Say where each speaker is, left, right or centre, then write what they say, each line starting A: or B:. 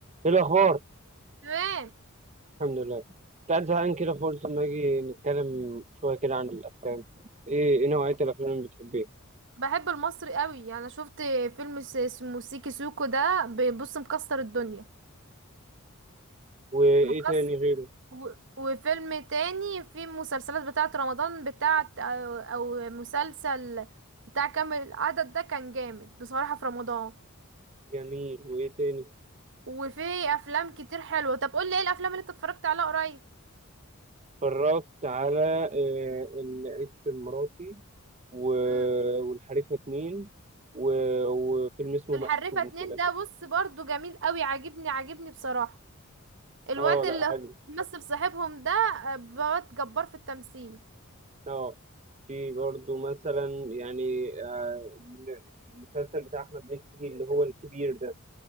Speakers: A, on the right; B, on the right.
A: ايه الاخبار
B: تمام
A: الحمد لله كنت قاعد زهقان كده فقلت اما اجي نتكلم شويه كده عن الافلام ايه ايه نوعيه الافلام اللي بتحبيها
B: بحب المصري قوي يعني شفت فيلم س- اسمه سيكي سوكو ده بيبص مكسر الدنيا
A: وايه
B: مكسر
A: تاني غيره
B: و... وفيلم تاني في مسلسلات بتاعة رمضان بتاعة أو... أو مسلسل بتاع كامل العدد ده كان جامد بصراحة في رمضان
A: جميل وايه تاني
B: وفي أفلام كتير حلوة طب قول لي ايه الأفلام اللي انت اتفرجت عليها قريب
A: اتفرجت على آه، الاكس المراتي و-
B: امم
A: والحريفه اتنين و- وفيلم اسمه
B: الحريفة
A: مقسوم
B: اتنين
A: كده
B: ده
A: كده
B: بص برضو جميل قوي عاجبني عاجبني بصراحة الواد
A: اه لا
B: اللي
A: حلو
B: هو بيمثل صاحبهم ده آه، بواد جبار في التمثيل
A: اه في برضه مثلا يعني آه، المسلسل بتاع احمد مكي اللي هو الكبير ده